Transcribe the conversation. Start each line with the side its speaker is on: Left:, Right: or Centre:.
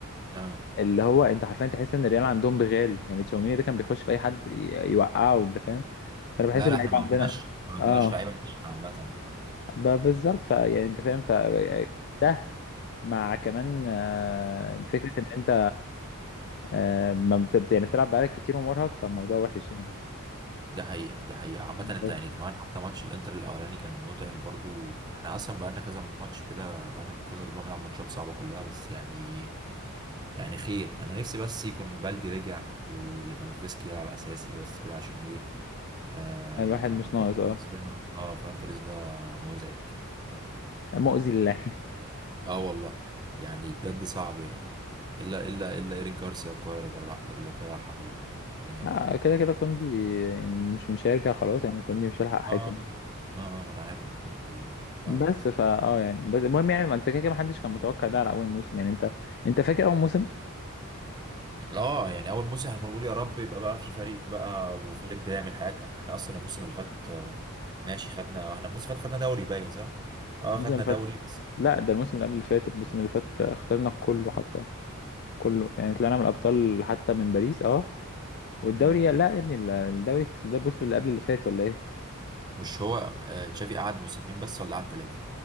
Right: اه
Left: اللي هو انت حرفيا تحس ان الريال عندهم بغال يعني تشاوميني ده كان بيخش في اي حد ي- يوقعه انت فاهم فانا بحس
Right: لا
Left: اللعيبه
Right: لا احنا ما
Left: عندنا
Right: عندناش ما عندناش
Left: اه
Right: لعيبة ناشفة عامة يعني
Left: ب- بالظبط فيعني انت فاهم ف ده مع كمان آه، فكره ان انت آه، ما بت... بت- يعني بتلعب بقالك كتير ومرهق فالموضوع وحش يعني
Right: دي حقيقة دي حقيقة عامة انت
Left: بس
Right: يعني كمان حتى ماتش الانتر الاولاني كان متعب برضو احنا اصلا بقالنا كذا ماتش كده بقالنا كذا اسبوع بنلعب ماتشات صعبة كلها بس يعني يعني خير انا نفسي بس يكون بالدي رجع وليفاندوفسكي يلعب اساسي بس كده عشان ايه آه
Left: الواحد مش
Right: فيران
Left: ناقص اه
Right: توريس ده اه فيران توريس ده مزعج
Left: مؤذي للعين
Right: اه والله يعني بجد صعب يعني الا الا الا ايريك جارسيا وكولر جرع اللي ضيعها في ال- في النهائي
Left: <laughs> آه،
Right: ده
Left: كده كده كوندي مش مش هيرجع خلاص يعني كوندي مش هيلحق حاجه
Right: اه اه آه، ما انا عارف ان كوندي
Left: بس
Right: اوت
Left: فا اه يعني بس المهم يعني ما انت كده كده ما حدش كان متوقع ده على اول موسم يعني انت انت فاكر اول موسم
Right: اه يعني اول موسم احنا كنا بنقول يا رب يبقى بقى في فريق بقى وفليك ده يعمل حاجه احنا اصلا الموسم اللي فات آه، ماشي خدنا احنا الموسم اللي فات خدنا دوري باين صح؟ اه
Left: الموسم
Right: خدنا
Left: اللي فات
Right: دوري بس
Left: لا ده الموسم اللي قبل اللي فات الموسم اللي فات خسرنا كله حرفيا كله يعني طلعنا من الابطال حتى من باريس اه والدوري
Right: امم
Left: لا يا ابني الدوري كسبناه الموسم اللي قبل اللي فات ولا ايه
Right: مش هو آه، تشافي قعد موسمين بس ولا قعد ثلاثه؟